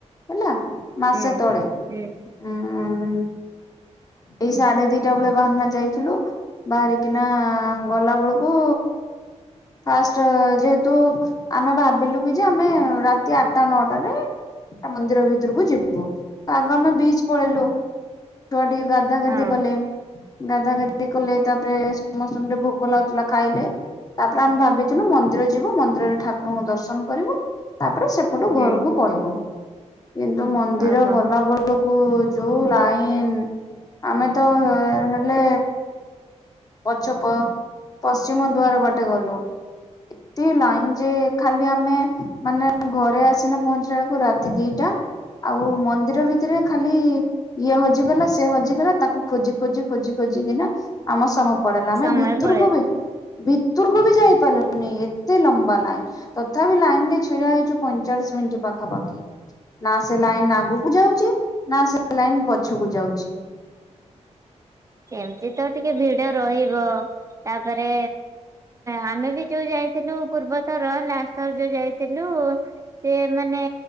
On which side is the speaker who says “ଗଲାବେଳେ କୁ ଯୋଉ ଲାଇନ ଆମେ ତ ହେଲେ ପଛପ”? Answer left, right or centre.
Left